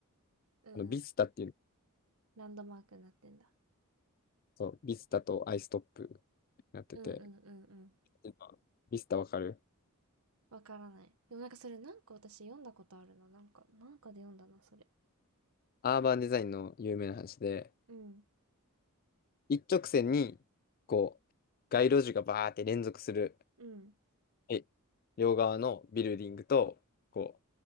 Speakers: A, on the right (about 75°); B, on the left (about 40°).
A: うんうん。
B: あの、ビスタっていう、
A: ランドマークになってんだ。
B: そう、ビスタとアイストップになってて、
A: うんうんうんうん。
B: 今ビスタわかる
A: わからない。でもなんかそれなんか私読んだことあるな。なんか、なんかで読んだな、それ。
B: アーバンデザインの有名な話で、
A: うん。
B: 一直線に、こう、街路樹がバーって連続する、
A: うん。
B: え両側のビルディングと、こ